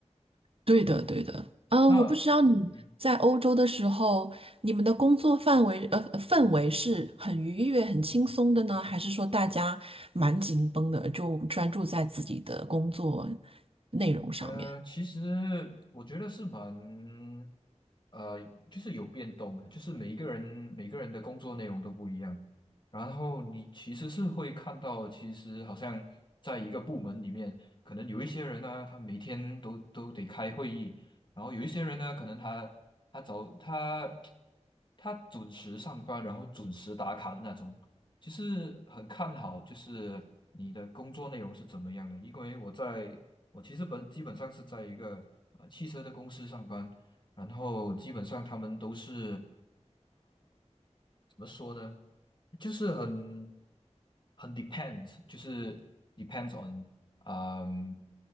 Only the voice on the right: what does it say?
对的，对的。嗯，
我不知道你在欧洲的时候，你们的工作范围呃氛围是很愉悦、很轻松的呢，还是说大家蛮紧绷的，就专注在自己的工作内容上面？